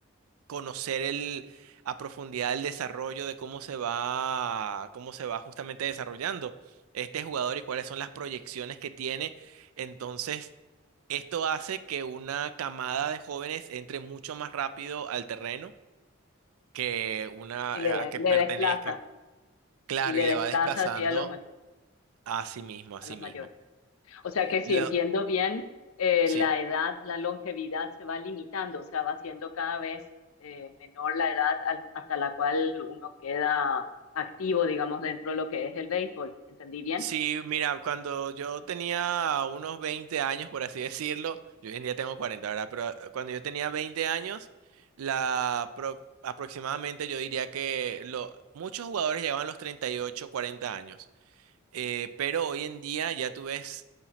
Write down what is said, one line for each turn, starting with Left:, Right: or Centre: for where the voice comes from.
Right: conocer el, a profundidad el desarrollo de cómo se va, cómo se va justamente desarrollando este jugador y cuáles son las proyecciones que tiene. Entonces, esto hace que una camada de jóvenes entre mucho más rápido al terreno que una
Left: Y le,
Right: eh, a que
Left: le
Right: pertenezca.
Left: desplaza,
Right: Claro,
Left: y le
Right: y le
Left: desplaza
Right: va desplazando
Left: así a los, ma-
Right: a sí mismo, a
Left: a
Right: sí
Left: los
Right: mismo.
Left: mayores. O sea que si
Right: Lo,
Left: entiendo bien, eh,
Right: sí.
Left: la edad, la longevidad se va limitando, o sea, va siendo cada vez eh, menor la edad al- hasta la cual uno queda activo, digamos, dentro de lo que es el béisbol. ¿Entendí bien?
Right: Sí, mira, cuando yo tenía unos 20 años, por así decirlo, yo hoy en día tengo 40, ¿verdad? Pero ah, cuando yo tenía 20 años, la pro- aproximadamente yo diría que lo, muchos jugadores llegaban a los 38, 40 años. Eh, pero hoy en día ya tú ves,